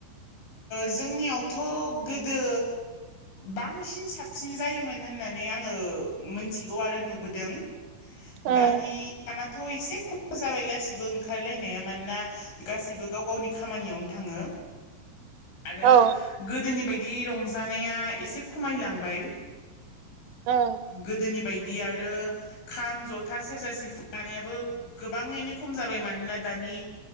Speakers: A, on the left; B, on the right.
A: जोंनियावथ' गोदो। बांसिन साबसिन जायोमोन होननानै आङो मोनथिगौ आरो नुबोदों।
B: उम
A: दानि दानथ' एसे खम। जाबाय गासिबो ओंखारलायनाया मानोना गाैबो गाव गावनि खामानियावनो थाङो। आरो
B: औ
A: गोदोनि बायदि रंजानाया एसे खमायलांबाय।
B: उम
A: गोदोनि बायदि। बिदि आरो खाम जथा सेरजा सिफुंनायाबो गोबाङैनो खम जाबाय मानोना दानि नि